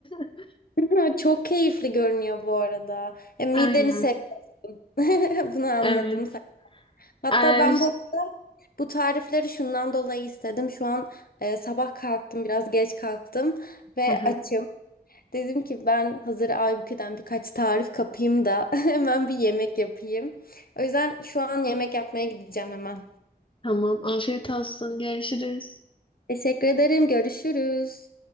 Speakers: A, on the left (about 30°); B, on the left (about 60°).
A: <laughs>
B: Ha, Çok keyifli görünüyor bu arada. E, mideni
A: Aynen.
B: seviyorsun. <laughs> Bunu anladım
A: Evet.
B: sen. Hatta
A: Er...
B: ben bu arada bu tarifleri şundan dolayı istedim. Şu an e, sabah kalktım, biraz geç kalktım ve
A: Hı hı.
B: açım. Dedim ki ben hazır Aybükü'den birkaç tarif kapayım da <laughs> hemen bir yemek yapayım. O yüzden şu an yemek yapmaya gideceğim hemen.
A: Tamam. Afiyet olsun. Görüşürüz.
B: Teşekkür ederim. Görüşürüz.